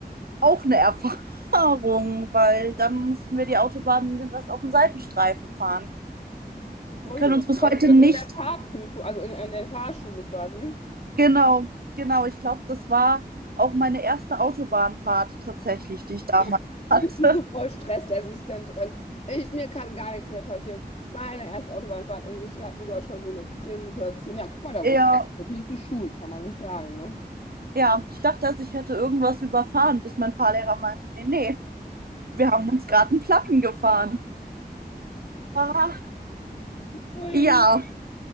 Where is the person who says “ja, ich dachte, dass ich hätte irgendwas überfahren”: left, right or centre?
Right